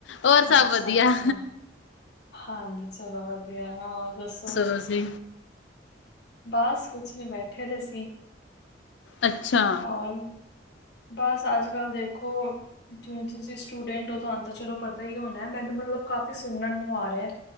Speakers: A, on the left; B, on the left.
A: ਹੋਰ ਸਭ
B: ਅੱਛਾ-ਅੱਛਾ,
A: ਵਧੀਆ
B: ਹਾਂਜੀ ਚਲੋ ਵਧੀਆ, ਹੋਰ ਦੱਸੋ?
A: ਤੁਸੀ
B: ਬਾਸ ਕੁਛ ਨੀ ਬੈਠੇਦੇ ਸੀ।
A: ਅੱਛਾ।
B: ਔਰ, ਬਸ ਅੱਜ-ਕੱਲ ਦੇਖੋ ਜਿਵੇਂ ਤੁਸੀਂ ਸਟੂਡੈਂਟ ਓ, ਤੁਹਾਨੂੰ ਤਾਂ ਚਲੋ ਪਤਾ ਈ ਹੋਣਾ, ਮੈਨੂੰ ਮਤਲਬ ਕਾਫ਼ੀ ਸੁਣਨ ਨੂੰ ਆ ਰਿਹਾ।